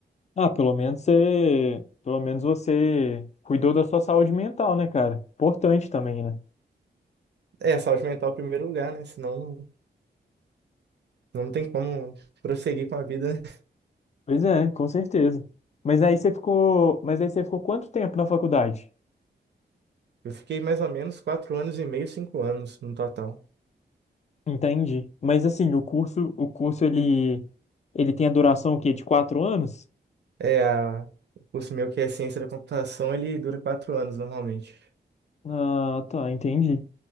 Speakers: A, on the left; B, on the right.
A: Ah, pelo menos você, pelo menos você cuidou da sua saúde mental, né, cara? Importante também, né?
B: É, saúde mental em primeiro lugar, né? Senão não, não tem como prosseguir com a vida. né?
A: Pois é, com certeza. Mas aí você ficou, mas aí você ficou quanto tempo na faculdade?
B: Eu fiquei mais ou menos quatro anos e meio, cinco anos no total.
A: Entendi. Mas assim, o curso, o curso ele, ele tem a duração o quê? De quatro anos?
B: É, a, o curso meu que é ciência da computação, ele dura quatro anos normalmente.
A: Ah, tá, entendi.